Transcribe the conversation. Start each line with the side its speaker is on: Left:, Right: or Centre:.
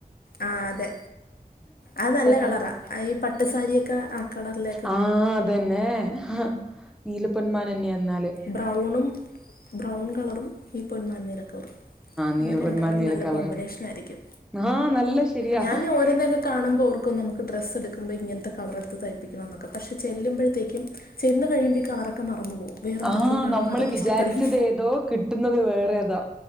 Left: ആ അതെ അത് നല്ല
Centre: കാണാൻ
Left: കളറാ ഈ പട്ടു സാരിയൊക്കെ ആ കളറില
Centre: ആ അതുതന്നെ ഹാ നീലപ്പൊന്മാനന്നെയാന്നാല്.
Left: ബ്രൗണും ബ്രൗൺ കളറും ഈ പൊന്മാൻ നീല കളറും.
Centre: നീ
Left: ആ രണ്ടാൾക്കും
Centre: പൊന്മാൻ നീല
Left: നല്ല
Centre: കളറ്
Left: കോമ്പിനേഷനായിരിക്കും
Centre: ആ നല്ല ശരിയാ
Left: ഞാന് ഓരോന്നൊക്കെ കാണുമ്പോ ഓർക്കും നമുക്ക് ഡ്രസ്ടുക്കുമ്പോൾ ഇങ്ങനത്തെ കളറെടുത്ത് തൈപിക്കണം എന്നൊക്കെ പക്ഷെ ചെുമ്പോഴത്തേക്കും ചെന്ന് കഴിയ്മ്പോ അവറൊക്കെ മറന്നു പോകും വേറെന്തൊക്കെയോ
Centre: ആ
Left: കാണുമ്പോ
Centre: നമ്മള്
Left: അതൊക്കെ
Centre: വിചാരിച്ചത്
Left: ഇഷ്ടപ്പെടും
Centre: ഏതോ കിട്ടുന്നത് വേറെ ഏതോ